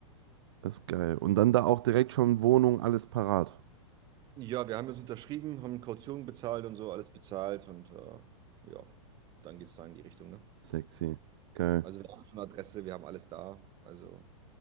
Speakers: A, on the right; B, on the right.
A: Das ist geil. Und dann da auch direkt schon Wohnung, alles parat.
B: Ja, wir haben jetzt unterschrieben, haben Kaution bezahlt und so, alles bezahlt und äh, ja, dann geht es da in die Richtung, ne?
A: Sexy. Geil.
B: Also wir haben schon Adresse, wir haben alles da, also